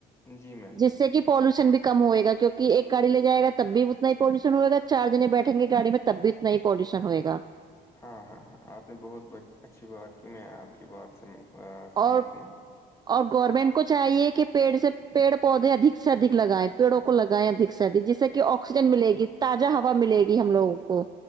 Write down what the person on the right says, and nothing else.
جس
سے کہ پالوشن بھی کم ہوئے گا کیونکہ ایک گاڑی لے جائےا تب بھی اتنا ہی پالیوشن ہوئےا چار جنے بیٹھ گاڑی میں تب بھی اتنا ہی پالوشن ہوئےا
اور
اور گورنمنٹ کو چاہیے کہ پیڑ سے پیڑ پودے ادک سے ادک لگائائےیں پیڑوں کو لگائیں ادک سے اک جیسے کہ آکسیجن ملے گی تازہ ہوا ملے گی ہم لگوں کو